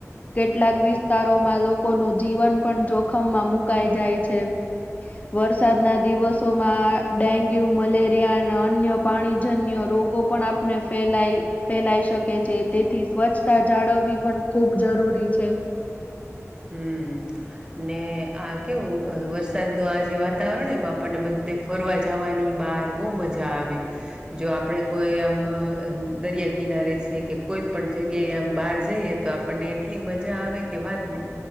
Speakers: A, on the left (about 30°); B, on the right (about 15°).
A: કેટલાક વિસ્તારોમાં લોકોનું જીવન પણ જોખમમાં મુકાઈ જાય છે. વરસાદના દિવસોમાં ડેન્ગ્યુ મલેરિયા અને અન્ય પાણીજન્ય રોગ રગો પણ આપને ફે ફેલાઈ શકે છે તેથી સ્વચ્છતા જાળવવી પણ ખૂબ જરૂ જરૂરી છે.
B: <inaudible> હમ ને આ કેવું વરસાદ ન આ જે વાતાવરણ એમ આપણને બધું ફરવા જવાની બહાર બહુ મજા આવે જો આપણે કોઈ આમ અહહ દરિયા કિનારે છે કે કોઈ પણણ જગ્યાએ આમ બહાર જઈએ તો આપણને એટલી મજા આવે કે વાત નહીં